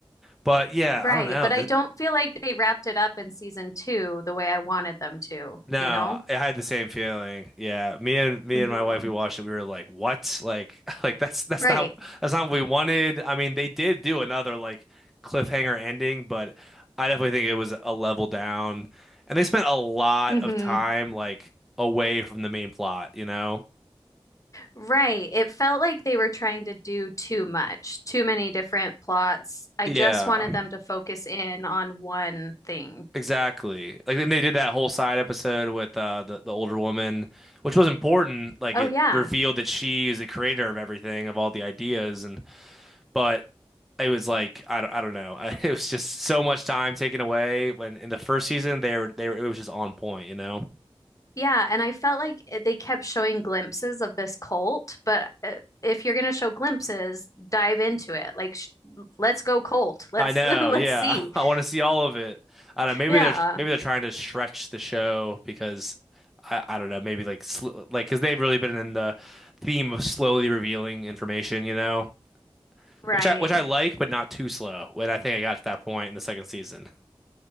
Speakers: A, in the centre; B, on the left.
A: But yeah,
B: Right,
A: I don't know.
B: but
A: Th-
B: I don't feel like they wrapped it up in season two the way I wanted them to,
A: no,
B: you know?
A: I had the same feeling. Yeah, me and me
B: hmm
A: and my wife we watched it. We were like, "What? Like, <laughs> like that's that's
B: Right,
A: not that's not what we wanted." I mean, they did do another like cliffhanger ending, but I definitely think it was a level down. And they spent a lot
B: hmm
A: of time like away from the main plot, you know?
B: right. It felt like they were trying to do too much, too many different plots. I
A: Yeah,
B: just wanted them to focus in on one thing.
A: exactly. Like then they did that whole side episode with uh the, the older woman, which was important. Like
B: Oh,
A: it
B: yeah.
A: revealed that she is the creator of everything, of all the ideas and but it was like I don't I don't know. <laughs> It was just so much time taken away when in the first season they were they were it was just on point, you know?
B: Yeah, and I felt like it- they kept showing glimpses of this cult, but uh, if you're going to show glimpses, dive into it. Like sh let's go cult. Let's
A: I know,
B: <laughs> let's
A: yeah.
B: see.
A: <laughs> I
B: <laughs>
A: want to see all of it. I don't know. Maybe
B: Yeah,
A: they're maybe they're trying to stretch the show because I, I don't know. Maybe like sl like because they've really been in the theme of slowly revealing information, you know,
B: right.
A: which I which I like, but not too slow. When I think I got to that point in the second season,